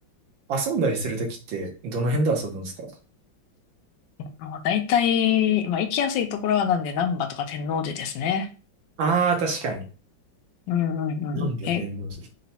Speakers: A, on the right (about 80°); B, on the left (about 75°).
A: 遊んだりするときってどの辺で遊ぶんですか
B: まあ、大体、まあ、行きやすいところはなんで、難波とか天王寺ですね。
A: ああー、確かに。
B: うんうんうん。
A: なんだ天王寺。
B: え、